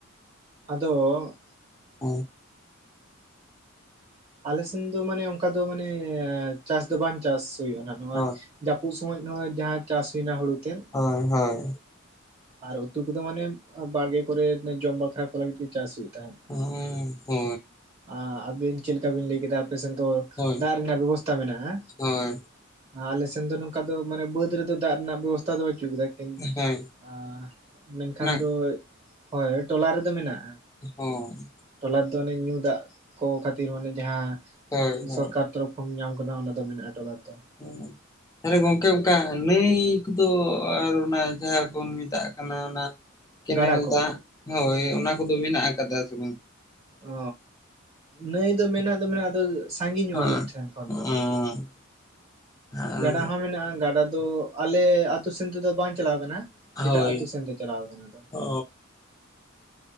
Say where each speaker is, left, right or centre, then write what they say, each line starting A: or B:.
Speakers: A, on the right; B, on the left.
A: ᱟᱫᱚ
B: ᱦᱮᱸ
A: ᱟᱞᱮ ᱥᱮᱱ ᱫᱚ ᱢᱟᱱᱮ ᱚᱱᱠᱟ ᱫᱚ ᱢᱟᱱᱮ ᱪᱟᱥ ᱫᱚ ᱵᱟᱝ ᱪᱟᱥ ᱦᱩᱭᱩᱜᱼᱟ ᱱᱟᱦᱟᱜ ᱱᱚᱜᱼᱚᱭ
B: ᱦᱳᱭ
A: ᱡᱟᱹᱯᱩᱫ ᱥᱚᱢᱚᱭ ᱱᱚᱸᱜ-ᱚᱭ ᱡᱟᱦᱟᱸ ᱪᱟᱥ ᱦᱩᱭᱱᱟ ᱦᱩᱲᱩ ᱛᱮᱫ
B: ᱦᱳᱭ ᱦᱳᱭ᱾
A: ᱟᱨ ᱩᱛᱩ ᱠᱚᱫᱚ ᱢᱟᱱᱮ ᱵᱟᱲᱜᱮ ᱠᱚᱨᱮ ᱡᱚᱢ ᱵᱟᱠᱷᱨᱟ ᱠᱚ ᱞᱟᱹᱜᱤᱫ ᱜᱮ ᱪᱟᱥ ᱦᱩᱭᱩᱜ ᱛᱟᱦᱮᱸᱫ ᱾
B: ᱦᱩᱸᱻ ᱦᱩ᱾
A: ᱟ ᱟᱹᱵᱤᱱ ᱪᱮᱫ ᱞᱮᱠᱟ ᱵᱤᱱ ᱞᱟᱹᱭ ᱠᱮᱫᱟ ᱟᱯᱮ ᱥᱮᱱ ᱫᱚ?
B: ᱦᱳᱭ
A: ᱫᱟᱜ ᱨᱮᱱᱟᱜ ᱵᱮᱵᱚᱥᱛᱟ ᱢᱮᱱᱟᱜᱼᱟ᱾
B: ᱦᱳᱭ
A: ᱟᱞᱮ ᱥᱮᱱ ᱫᱚ ᱱᱚᱝᱠᱟ ᱫᱚ ᱢᱟᱱᱮ ᱵᱟᱹᱫᱽ ᱨᱮᱫᱚ ᱫᱟᱜ ᱨᱮᱱᱟᱜ ᱵᱮᱵᱚᱥᱛᱟ ᱫᱚ ᱵᱟᱹᱪᱩᱜ ᱠᱟᱫᱟ᱾
B: ᱦᱳᱭ
A: ᱟᱻ ᱢᱮᱱᱠᱷᱟᱱ
B: ᱱᱟᱜ
A: ᱫᱚ ᱦᱳᱭ ᱴᱚᱞᱟ ᱨᱮᱫᱚ ᱢᱮᱱᱟᱜᱼᱟ᱾
B: ᱦᱚᱸ᱾
A: ᱴᱚᱞᱟ ᱨᱮᱫᱚ ᱚᱱᱮ ᱧᱩ ᱫᱟᱜ ᱠᱚ ᱠᱷᱟᱹᱛᱤᱨ ᱚᱱᱮ ᱡᱟᱦᱟᱸ
B: ᱦᱳᱭ ᱦᱳᱭ
A: ᱥᱚᱨᱠᱟᱨ ᱛᱚᱨᱚᱯᱷ ᱠᱷᱚᱱ ᱧᱟᱢ ᱠᱟᱱᱟ ᱚᱱᱟ ᱫᱚ ᱢᱮᱱᱟᱜᱼᱟ ᱴᱚᱞᱟ ᱨᱮᱫᱚ᱾
B: <inaudible> <unintelligible> ᱜᱚᱝᱠᱮ ᱚᱝᱠᱟ ᱱᱟᱹᱭ ᱠᱚᱫᱚ ᱟᱨ ᱚᱱᱟ ᱡᱟᱦᱟᱸ ᱠᱚ ᱵᱚᱱ ᱢᱮᱛᱟᱜ ᱠᱟᱱᱟ ᱚᱱᱟ ᱠᱮᱱᱮᱞ
A: ᱜᱟᱰᱟ ᱠᱚ
B: ᱫᱟᱜ ᱦᱳᱭ, ᱚᱱᱟ ᱠᱚᱫᱚ ᱢᱮᱱᱟᱜ ᱟᱠᱟᱫᱟ ᱥᱮ ᱵᱟᱝ?
A: ᱚ, ᱱᱟᱹᱭ ᱫᱚ ᱢᱮᱱᱟᱜ ᱫᱚ ᱢᱮᱱᱟᱜ ᱟᱫᱚ ᱥᱟᱺᱜᱤᱧ ᱧᱚᱜ
B: ᱦᱮᱸ
A: ᱟᱞᱮ ᱴᱷᱮᱱ ᱠᱷᱚᱱ ᱫᱚ᱾
B: ᱟᱨ
A: ᱜᱟᱰᱟ ᱦᱚᱸ ᱢᱮᱱᱟᱜᱼᱟ ᱜᱟᱰᱟ ᱫᱚ ᱟᱞᱮ ᱟᱛᱩ‌ ᱥᱮᱱ ᱛᱮᱫᱚ ᱵᱟᱝ ᱪᱟᱞᱟᱣ ᱠᱟᱱᱟ, ᱮᱴᱟᱜ
B: ᱦᱳᱭ
A: ᱟᱛᱩ ᱥᱮᱱ ᱛᱮ ᱪᱟᱞᱟᱣ ᱟᱠᱟᱱᱟ ᱚᱱᱟ ᱫᱚ᱾
B: ᱚ